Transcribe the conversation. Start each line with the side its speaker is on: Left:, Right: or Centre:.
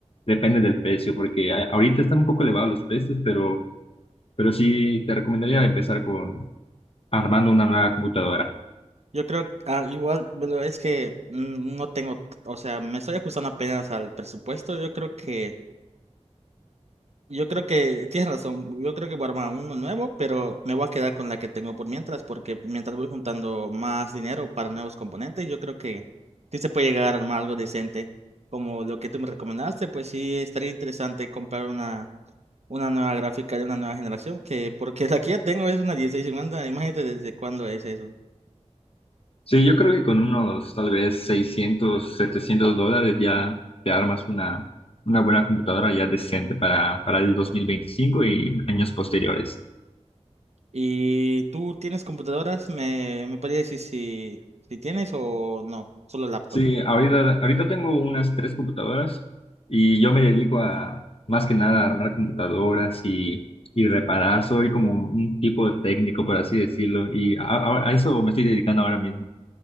Left: depende del precio, porque a- ahorita están un poco elevados los precios, pero... Pero sí, te recomendaría empezar con armando una nueva computadora.
Right: Yo creo, ah, igual, pero es que mm, no tengo, o sea, me estoy ajustando apenas al presupuesto. Yo creo que, yo creo que tienes razón. Yo creo que voy a armar uno nuevo, pero me voy a quedar con la que tengo por mientras, porque mientras voy juntando más dinero para nuevos componentes, yo creo que sí se puede llegar a armar algo decente. Como lo que tú me recomendaste, pues sí estaría interesante comprar una, una nueva gráfica de una nueva generación, que porque la que ya tengo es una dieciséis cincuenta imagínate desde cuándo es eso.
Left: Sí, yo creo que con unos tal vez 600, 700 dólares ya te armas una, una buena computadora ya decente para, para el 2025 y años posteriores.
Right: ¿Y tú tienes computadoras? ¿Me, me podrías decir si, si tienes o no? Solo laptop.
Left: Sí, ahorita, ahorita tengo unas tres computadoras y yo me dedico a más que nada a armar computadoras y, y reparar. Soy como un tipo de técnico, por así decirlo, y a a- a eso me estoy dedicando ahora mismo.